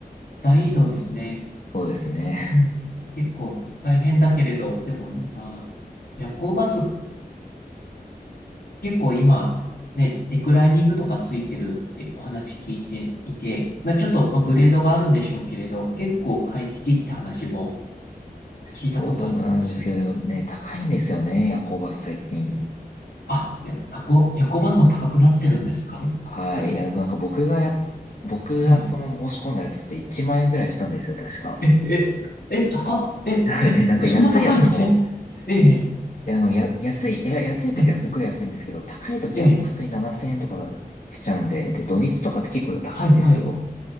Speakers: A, on the left (about 70°); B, on the left (about 50°).
A: 大移動ですね。
B: そうですね。
A: うん結構大変だけれど、でもいいな。夜行バスっ結構今、ね、リクライニングとかついてるってお話聞いていて、まあ、ちょっとまあグレードがあるんでしょうけれど、
B: ですね。
A: 結構快適って話も聞いたことあるんですよ。
B: そうなんですけど、でもね、高いんですよね、夜行バス最近。
A: あ、いや、タコ、夜行バスも高くなってるんですかやっぱり。
B: はい。いや、でもなんか僕がや、僕がその申し込んだやつって1万円ぐらいしたんですよ、
A: はい。
B: 確か。
A: え、え、え、高っ、
B: <laughs>
A: え、
B: はいで、なんか安いやつも、
A: え、そんな高いのえ、え、
B: いや、でもや、安い、いや、安い時はすごい安いんですけど、
A: え、え、
B: 高い時はもう普通に7000円とかしちゃうんで、
A: え、
B: で、土日とかって結構高いんですよ。
A: はい、はい。